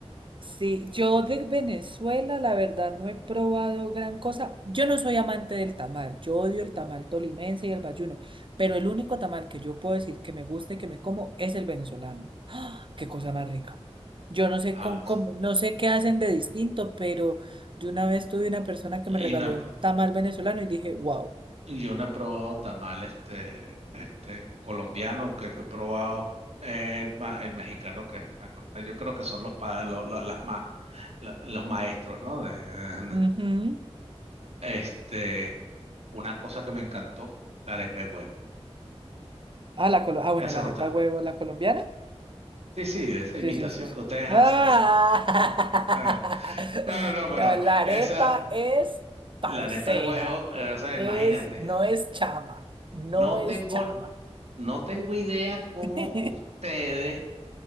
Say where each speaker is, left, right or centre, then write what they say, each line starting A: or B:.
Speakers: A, on the right; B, on the right.
A: Sí, yo de Venezuela, la verdad, no he probado gran cosa. Yo no soy amante del tamal, yo odio el tamal tolimense y el bayuno, pero el único tamal que yo puedo decir que me gusta y que me como es el venezolano. ¡Ah! ¡Qué cosa más rica! Yo no sé
B: Vamos.
A: cómo, cómo- no sé qué hacen de distinto, pero yo una vez tuve una persona que me
B: Y
A: regaló
B: no he p-
A: un tamal venezolano y dije, wow.
B: yo no he probado tamal este, este colombiano, que, que he probado eh, el, ma- el mexicano, que bueno, yo creo que son los pa- lo- lo- las ma- la- los maestros, ¿no? De, <laughs> de-
A: ujú.
B: este, una cosa que me encantó, la arepa de huevo.
A: Ah, la colo- ah, bueno,
B: ¿Qué hacen
A: la arepa
B: ustedes?
A: huevo, la colombiana.
B: Sí, sí, de esa
A: Sí,
B: imitación
A: sí, sí, sí.
B: que ustedes
A: ¡Ah!
B: hacen. <laughs> ¿no? Ah,
A: <laughs>
B: No, no, no, pero
A: La, la arepa
B: esa,
A: es parcera,
B: la arepa de huevo, eh, o sea,
A: es,
B: imagínate,
A: no es chama, no
B: No
A: es
B: tengo,
A: chama.
B: no tengo idea cómo
A: <laughs>
B: ustedes